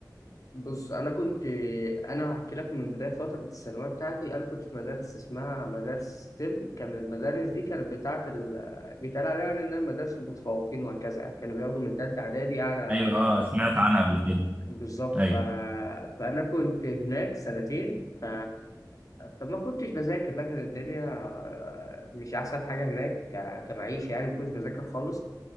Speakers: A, on the left; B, on the right.
A: بص انا كنت انا هحكي لك من بدايه فتره الثانويه بتاعتي انا كنت في مدارس اسمها مدارس ستيم كان المدارس دي كانت بتاعه ال... بيتقال عليها يعني انها مدارس المتفوقين وهكذا يعني كانوا بياخدوا من ثالثه اعدادي اعلى
B: ايوه اه سمعت عنها قبل كده
A: بالظبط ف...
B: ايوه
A: فأنا كنت هناك سنتين ف... فما كنتش بذاكر بقى كانت الدنيا آه، مش أحسن حاجة هناك ك... كمعيشة يعني ما كنتش بذاكر خالص